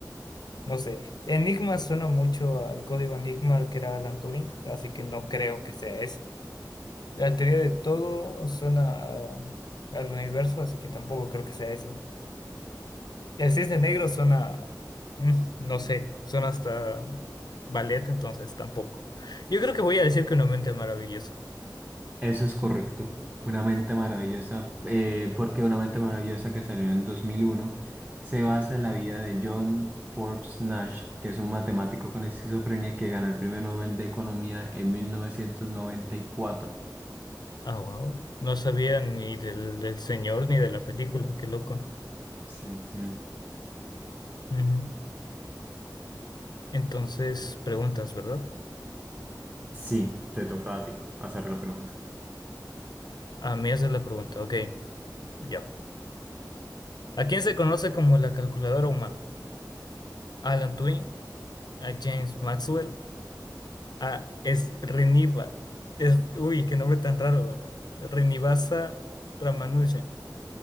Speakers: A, on the left; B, on the right.
A: no sé, Enigma suena mucho al código Enigma que era Alan Turing, así que no creo que sea esa. La teoría de todo suena a- al universo, así que tampoco creo que sea esa. El cisne negro suena, mm, no sé, suena hasta ballet, entonces tampoco. Yo creo que voy a decir que una mente maravillosa.
B: Eso es correcto. Una mente maravillosa, eh, porque una mente maravillosa que salió en el 2001 se basa en la vida de John Forbes Nash, que es un matemático con esquizofrenia que ganó el Premio Nobel de Economía en 1994.
A: Ah, wow. No sabía ni del, del señor ni de la película, qué loco.
B: Sí, sí.
A: Ujú. Entonces, preguntas, ¿verdad?
B: Sí, te toca a ti hacer la pregunta.
A: A mí esa es la pregunta, ok, ya. ¿A quién se conoce como la calculadora humana? Alan Turing, a James Maxwell, a Srinivas, es, uy, qué nombre tan raro, güey. Srinivasa Ramanujan,